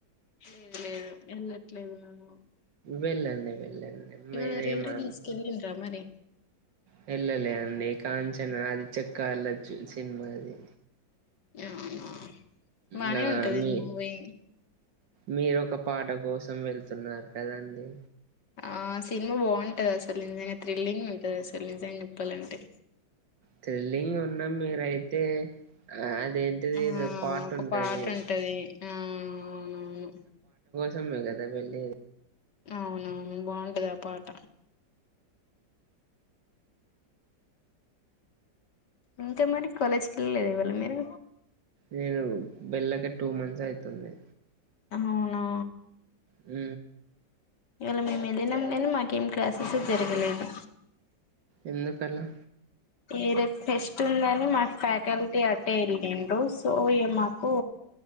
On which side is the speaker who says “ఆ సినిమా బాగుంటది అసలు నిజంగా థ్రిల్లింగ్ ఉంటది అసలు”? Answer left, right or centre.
Left